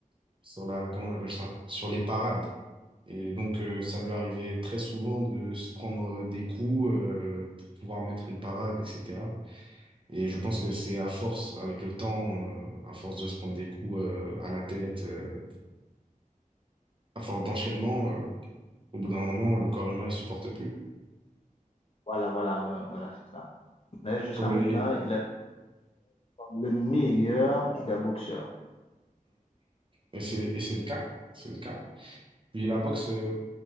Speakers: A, on the right; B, on the left.
A: sur la, comment on appelle ça? Sur les parades. Et donc, euh, ça lui arrivait très souvent de se prendre euh, des coups, euh, pour pouvoir mettre une parade, etc. Et je pense que c'est à force, avec le temps, euh, à force de se prendre des coups, euh, à la tête, euh, à force d'enchaînement, euh, au bout d'un moment, le corps humain, il supporte plus.
B: voilà, voilà, euh, voilà, c'est ça. Mais jusqu'à
A: Donc, Et,
B: maintenant, il est le meilleur des boxeurs.
A: et c'est, et c'est le cas. C'est le cas. Puis la boxe, euh,